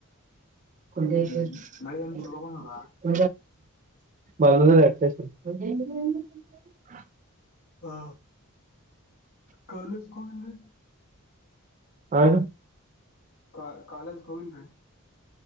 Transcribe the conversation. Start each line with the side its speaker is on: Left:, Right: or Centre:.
Right: ಕು <unintelligible>
Left: ಹ್ಮ್ ಮಳಿ ಹೆಂಗ್ ಚಲೋ ಬಂದದ
Right: ಬತೆ <unintelligible>
Left: ಹಾ ಕಾಲೇಜ್ಗೆ ಹೋಗಿಲ್ರಿ
Right: ಹಾ
Left: ಕಾ ಕಾಲೇಜ್ಗೆ ಹೋಗಿಲ್ರಿ